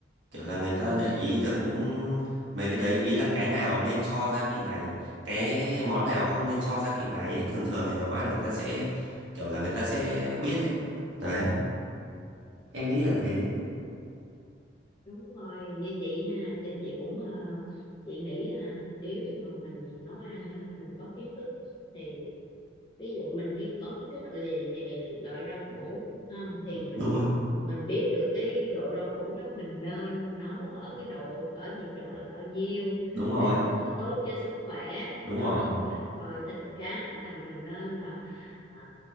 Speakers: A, on the right; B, on the left.
A: kiểu là người
B: ừ.
A: ta để ý được những mấy cái đấy ý là cái nào nên cho gia vị này cái món nào không nên cho gia vị này ấy. thường thường thì nấu ăn người ta sẽ kiểu là người ta sẽ biết ấy đấy em nghĩ là thế
B: đúng rồi như chị ha giờ chị cũng ờ, chị nghĩ là nếu mà mình nấu ăn á mình có kiến thức thì ví dụ mình cái có kiến thức lì- về loại rau củ không thì mình
A: đúng rồi
B: mình biết được cái độ rau củ đó mình nên nấu ở cái độ ở nhiệt độ là bao nhiêu
A: đúng rồi
B: để mà tới tốt cho sức khỏe
A: đúng
B: không
A: rồi
B: rồi thịt cá là mình nên là à,